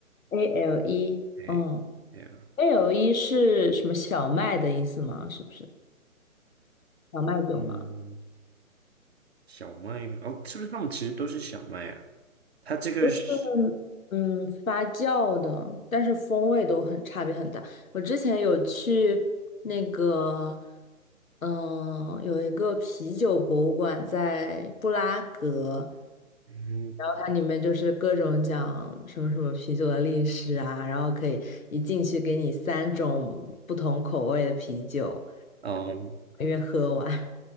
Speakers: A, on the left; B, on the right.
A: ？ale？
B: 哎，yeah，
A: 嗯，ale 是什么小麦的意思吗？是不是小麦酒吗？
B: 嗯，小麦吗？哦，是不是他们其实都是小麦啊？它这个是，
A: 都是嗯发酵的，但是风味都很差别很大。我之前有去那个，嗯、有一个啤酒博物馆在布拉格，
B: 嗯，
A: 然后它里面就是各种讲什么什么啤酒的历史啊，然后可以一进去给你三种不同口味的啤酒，
B: 哦，
A: 因为喝完。